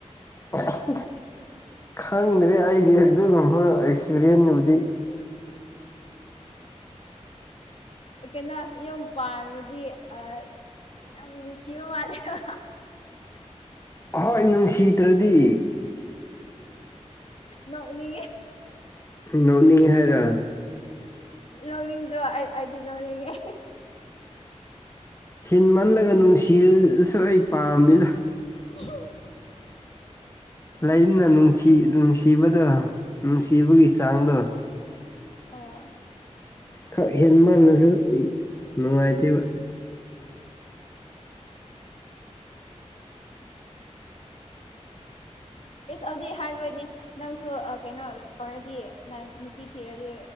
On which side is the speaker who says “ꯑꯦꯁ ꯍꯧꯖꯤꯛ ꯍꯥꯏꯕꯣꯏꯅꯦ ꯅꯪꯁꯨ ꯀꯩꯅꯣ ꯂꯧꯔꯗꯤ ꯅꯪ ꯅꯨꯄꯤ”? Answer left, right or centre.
Left